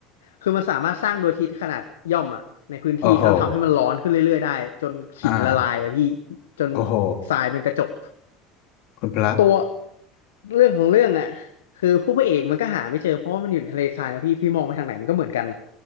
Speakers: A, on the left (about 75°); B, on the left (about 60°).
A: คือมันสามารถสร้างดวงอาทิตย์ขนาดย่อมอะในพื้นที่ถ้าทำให้มันร้อนขึ้นเรื่อยๆได้จนขินละลายอะพี่
B: โอ้โหอ่า
A: จน
B: โอ้โห
A: ทรายเป็นกระจก
B: คุณพระ
A: ตัวเรื่องของเรื่องอ่ะคือผู้พระเอกมันก็หาไม่เจอเพราะว่ามันอยู่ในทะเลทรายนะพี่พี่มองไปทางไหนมันก็เหมือนกันอะ